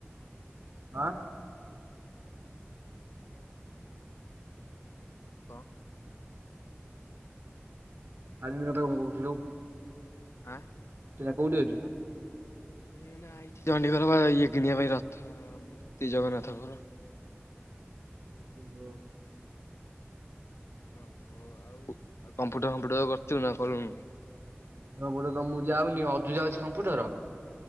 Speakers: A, on the right (about 60°); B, on the left (about 90°).
A: ଆଁ। <inaudible> <unintelligible>
B: କଁ।
A: ଆଲିମ କଥା କଣ କହୁଥିଲୁ?
B: ହଁ
A: ତୁ ଏଇନା କଉଠି ଅଛୁ?
B: ମୁଁ ଏଇନା ଆଇଛି ଚଣ୍ଡିଗର ବା ଇଏ କିଣିବା ପାଇଁ ରଥ ମୂର୍ତ୍ତି ଜଗନ୍ନାଥଙ୍କର।
A: ଓ।
B: ଓହୋ ଆଉ କମ୍ପ୍ୟୁଟର ଫମ୍ପ୍ୟୁଟର କରିଛୁ ନା କଲୁନୁ।
A: କମ୍ପ୍ୟୁଟର ତ ମୁଁ ଯାଉନି ଅଜୁ, ଯାଉଛି କମ୍ପ୍ୟୁଟର।